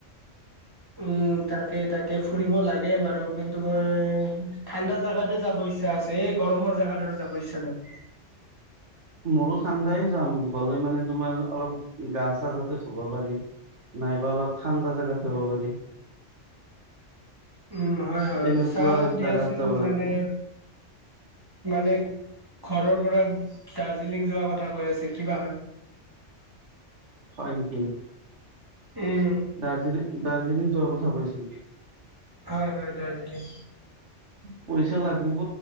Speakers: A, on the right; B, on the right.
A: উম, তাকে তাকে ফুৰিব লাগে বাৰু কিন্তু মই ঠাণ্ডা জাগাতে যাব ইচ্ছা আছে। এই গৰমৰ জেগাত আৰু যাব ইচ্ছা নাই।
B: মোৰো ঠাণ্ডাই যাম, গ'লে মানে তোমাৰ অলপ গা-চা যাতে ধুব পাৰি। নাইবা অলপ ঠাণ্ডা জাগাত যাব পাৰি।
A: উম, হয় হয়
B: তেনেকুৱা
A: চাওঁ দিয়াচোন
B: জাগাত যাব লাগিব
A: মানে মানে, ঘৰৰ পৰা দাৰ্জিলিং যোৱা কথা কৈ আছে কি বা হয়?
B: হয় নেকি?
A: উম।
B: দাৰ্জিলিং, দাৰ্জিলিং যোৱাৰ কথা কৈ আছে নেকি?
A: হয়, হয় দাৰ্জিলিং।
B: পইচা লাগিব,